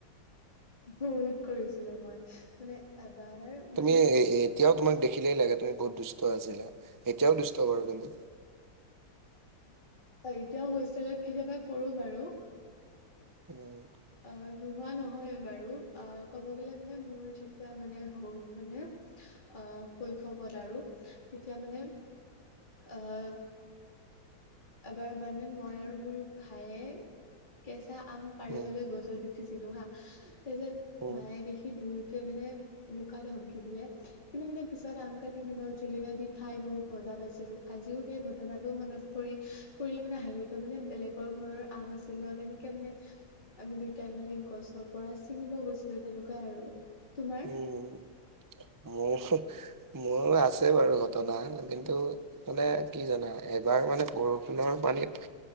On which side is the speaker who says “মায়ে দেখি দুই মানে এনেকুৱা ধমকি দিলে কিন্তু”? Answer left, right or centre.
Left